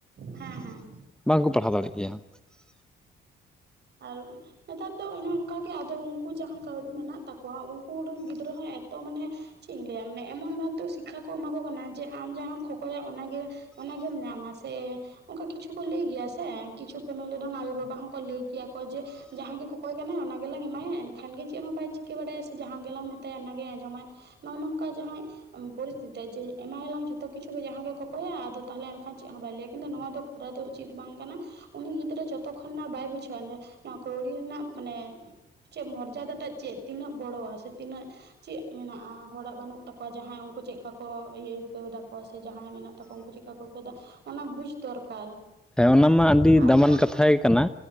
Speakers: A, on the right; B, in the centre.
A: ᱦᱮᱸ ᱦᱮᱸ
B: ᱵᱟᱝᱠᱚ ᱯᱟᱲᱦᱟᱣ ᱫᱟᱲᱮᱜ ᱜᱮᱭᱟ᱾
A: ᱟᱨ ᱩᱸ ᱱᱮᱛᱟᱨ ᱫᱚ ᱚᱱᱮ ᱚᱝᱠᱟ ᱜᱮ ᱟᱫᱚ ᱩᱝᱠᱩ ᱡᱟᱦᱟᱸ ᱠᱟᱹᱣᱰᱤ ᱢᱮᱱᱟᱜ ᱛᱟᱠᱚᱣᱟ ᱩᱝᱠᱩ ᱩᱰᱟᱹᱝ ᱜᱤᱫᱽᱨᱟᱹ ᱦᱮᱸ ᱮᱛᱚ ᱢᱟᱱᱮ ᱪᱮᱜ ᱤᱧ ᱞᱟᱹᱭᱟ ᱢᱟᱱᱮ ᱮᱢᱚᱱ ᱵᱷᱟᱵᱛᱮ ᱥᱤᱠᱠᱷᱟ ᱠᱚ ᱮᱢᱟ ᱠᱚ ᱠᱟᱱ ᱡᱮ ᱟᱢ ᱡᱟᱦᱟᱸᱢ ᱠᱷᱚᱠᱚᱭᱟ ᱚᱱᱟ ᱜᱮ ᱚᱱᱟ ᱜᱮᱢ ᱧᱟᱢᱟ ᱥᱮ ᱚᱝᱠᱟ ᱠᱤᱪᱷᱩ ᱠᱚ ᱞᱟᱹᱭ ᱜᱮᱭᱟ ᱥᱮ ᱠᱤᱪᱷᱩ ᱯᱷᱮᱢᱮᱞᱤ ᱨᱮᱱ ᱟᱭᱳ-ᱵᱟᱵᱟ ᱦᱚᱸᱠᱚ ᱞᱟᱹᱭ ᱜᱮᱭᱟ ᱠᱚ ᱡᱮ ᱡᱟᱦᱟᱸ ᱜᱮ ᱠᱚᱠᱚᱭ ᱠᱟᱱᱟ ᱚᱱᱟ ᱜᱮᱞᱟᱝ ᱮᱢᱟᱭᱟ ᱮᱱᱠᱷᱟᱱ ᱜᱮ ᱪᱮᱫ ᱦᱚᱸ ᱵᱟᱭ ᱪᱤᱠᱟᱹ ᱵᱟᱲᱟᱭᱟ ᱥᱮ ᱡᱟᱦᱟᱸ ᱜᱮᱞᱟᱝ ᱢᱮᱛᱟᱭᱟ ᱚᱱᱟ ᱜᱮ ᱟᱸᱡᱚᱢᱟᱭ᱾ ᱱᱚᱸᱜ-ᱱᱚᱝᱠᱟ ᱡᱟᱦᱟᱸᱭ ᱯᱚᱨᱤᱥᱛᱷᱤᱛᱤ ᱨᱮ ᱡᱮ ᱮᱢᱟᱭᱟᱝ ᱡᱷᱚᱛᱚ ᱠᱤᱪᱷᱩ ᱜᱮ ᱡᱟᱦᱟᱸ ᱜᱮ ᱠᱚᱠᱚᱭᱟ ᱟᱫᱚ ᱛᱟᱦᱚᱞᱮ ᱮᱱᱠᱷᱟᱱ ᱪᱮᱫ ᱦᱚᱸ ᱵᱟᱭ ᱞᱟᱹᱭᱟ ᱠᱤᱱᱛᱩ ᱱᱚᱣᱟ ᱫᱚ ᱠᱚᱨᱟᱣ ᱫᱚ ᱩᱪᱤᱛ ᱵᱟᱝ ᱠᱟᱱᱟ, ᱩᱱᱤ ᱜᱤᱫᱽᱨᱟᱹ ᱡᱚᱛᱚ ᱠᱷᱚᱱᱟ ᱵᱟᱭ ᱵᱩᱡᱷᱟᱹᱣᱟ ᱱᱚᱣᱟ ᱠᱟᱹᱣᱲᱤ ᱨᱮᱱᱟᱜ ᱢᱟᱱᱮ ᱪᱮᱫ ᱢᱚᱨᱡᱟᱫᱟ ᱴᱟᱜ ᱪᱮᱫ ᱛᱤᱱᱟᱹᱜ ᱵᱟᱹᱲᱳᱣᱟ ᱥᱮ ᱛᱤᱱᱟᱹᱜ ᱪᱮᱜ ᱢᱮᱱᱟᱜ-ᱟ ᱦᱚᱲᱟᱜ ᱵᱟᱹᱱᱩᱜ ᱛᱟᱠᱚᱣᱟ ᱡᱟᱦᱟᱸ ᱩᱝᱠᱩ ᱪᱮᱜᱠᱟ ᱠᱚ ᱤᱭᱟᱹ ᱟᱹᱭᱠᱟᱹᱣ ᱫᱟᱠᱚ ᱥᱮ ᱡᱟᱦᱟᱸᱭ ᱢᱮᱱᱟᱜ ᱛᱟᱠᱚᱣᱟ ᱩᱝᱠᱩ ᱪᱮᱜ ᱠᱟᱠᱚ ᱟᱭᱠᱟᱹᱣ ᱫᱟ ᱚᱱᱟ ᱵᱩᱡᱽ ᱫᱚᱨᱠᱟᱨ᱾
B: ᱦᱮᱸ ᱚᱱᱟ ᱢᱟ ᱟᱹᱰᱤ
A: ᱟᱨ
B: ᱫᱟᱢᱟᱱ
A: ᱡᱟᱦᱟᱸ
B: ᱠᱟᱛᱷᱟ
A: ᱫᱚ
B: ᱜᱮ ᱠᱟᱱᱟ